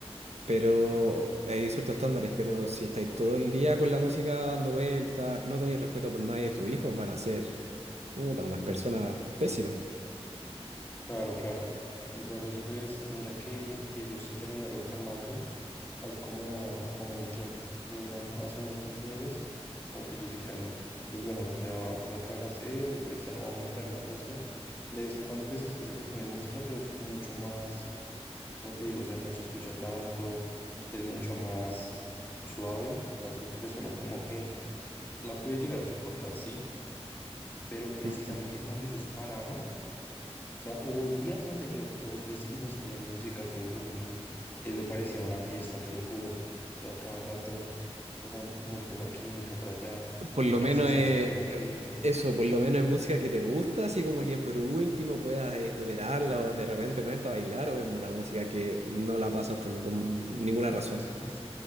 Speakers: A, on the right; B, on the left.
A: Pero hay ciertos estándares, pero si estáis todo el día con la música dando vueltas, no tenéis respeto por nadie, tus hijos van a ser, puta, unas personas pésimas.
B: Claro, claro. Entonces, pues mira que ellos se terminaron calmando hace como, como un tiempo, no, no, hace unos cuantos meses, como que ellos dijeron, pues bueno, ya como que me cansé o pues ya no vamos a poner más música. De vez en cuando pues escucho que ponen música, pero es mucho más, como te digo, o sea, no se escucha tanto, es mucho más suave, entonces pues uno como que la puede llegar a soportar, sí, pero precisamente
A: Mm.
B: cuando ellos pararon, o sea, hubo días donde los dos vecinos tenían música a todo volumen y eso parecía una fiesta, te lo juro. O sea, cada rato, o sea, música por aquí, música por allá,
A: Por
B: eh,
A: lo
B: que
A: menos
B: si salsa
A: es
B: por aquí.
A: eso, por lo menos es música que te gusta, así como que por último puedas eh, tolerarla o de repente ponerte a bailar, o es una música que no la pasas por ningún, ninguna razón.
B: Es,